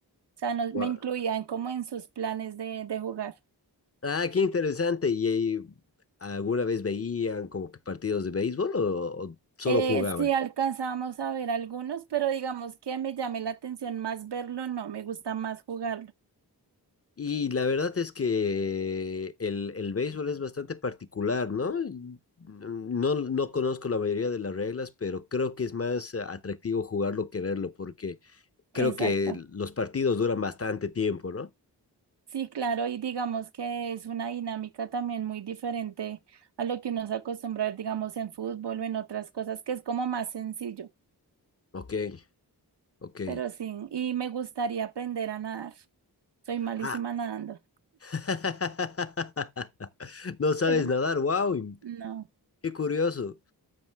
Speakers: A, on the right; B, on the left.
A: O sea, nos-
B: Gua-
A: me incluían como en sus planes de, de jugar.
B: Ah, qué interesante. ¿Y eh, alguna vez veían como que partidos de béisbol o, o solo
A: Eh,
B: jugaban?
A: sí alcanzábamos a ver algunos, pero digamos que me llame la atención más verlo, no, me gusta más jugarlo.
B: Y la verdad es que el, el béisbol es bastante particular, ¿no? Y No, no conozco la mayoría de las reglas, pero creo que es más atractivo jugarlo que verlo, porque creo
A: Exacto.
B: que los partidos duran bastante tiempo, ¿no?
A: Sí, claro, y digamos que es una dinámica también muy diferente a lo que uno se acostumbra, digamos, en fútbol o en otras cosas, que es como más sencillo.
B: Ok, ok.
A: pero sí, y me gustaría aprender a nadar. Soy malísima
B: Ah.
A: nadando,
B: <laughs> No sabes
A: pero
B: nadar, wow,
A: no.
B: qué curioso.